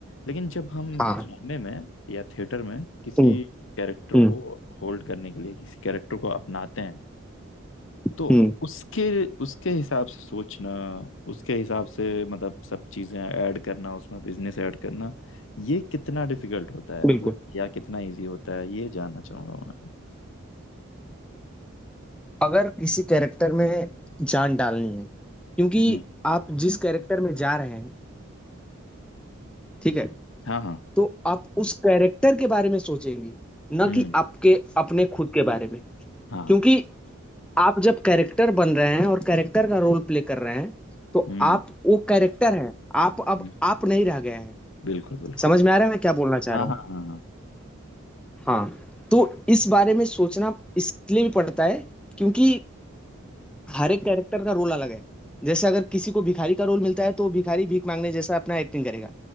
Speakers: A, on the left (about 65°); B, in the centre.
A: लेकिन जब हम
B: हाँ,
A: ड्रामे में या थिएटर में किसी
B: हुँ,
A: कैरेक्टर
B: हुँ,
A: को होल्ड करने के लिए किसी कैरेक्टर को अपनाते हैं
B: हुँ,
A: तो उसके उसके हिसाब से सोचना उसके हिसाब से मतलब सब चीज़ें ऐड करना उसमें बिजनेस ऐड करना ये कितना डिफिकल्ट होता है
B: बिल्कुल।
A: मतलब या कितना इजी होता है ये जानना चाहूंगा मैं
B: अगर किसी कैरेक्टर में जान डालनी है, क्योंकि
A: हम्म
B: आप जिस कैरेक्टर में जा रहे हैं, ठीक है?
A: हाँ हाँ
B: तो आप उस कैरेक्टर के बारे में सोचेंगे, ना
A: हम्म
B: कि आपके अपने खुद के बारे में।
A: हाँ
B: क्योंकि आप जब कैरेक्टर बन रहे हैं और कैरेक्टर का रोल प्ले कर रहे हैं तो
A: हम्म
B: आप वो कैरेक्टर हैं आप अब
A: हम्म,
B: आप नहीं रह गए हैं
A: बिल्कुल बिल्कुल
B: समझ में आ रहा है मैं क्या बोलना चाह
A: हाँ
B: रहा हूँ
A: हाँ हाँ हाँ
B: हाँ तो इस बारे में सोचना इसलिए भी पड़ता है क्योंकि हर एक कैरेक्टर का रोल अलग है जैसे अगर किसी को भिखारी का रोल मिलता है तो वो भिखारी भीख मांगने जैसा अपना एक्टिंग करेगा